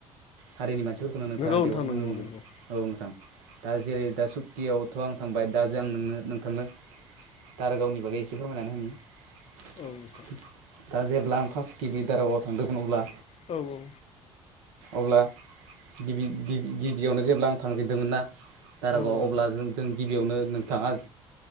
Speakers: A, on the right (about 65°); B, on the left (about 35°).
A: हारिनि मानसिफोरखौनो नोंथाङा
B: नंगौ नोंथां
A: बेवहाय
B: नंगौ
A: नुनो मोनगोन।
B: नंगौ
A: औ नोंथां दा जेरै दा सुक्तियावथ' आं थांबाय दा जों नोंनो नोंथांनो दारागवनि बागै एसे फोरमायनानै होनि
B: औ नोंथां
A: दा जेब्ला आं फार्स्ट गिबि दारगाव थांदोंमोन अब्ला
B: औ औ
A: अब्ला गिबि गिबि गिबियावनो जेब्ला आं थांजेनदोंमोन ना दारागावआव
B: औ आं
A: अब्ला जों जों गिबियावनो नोंथाङा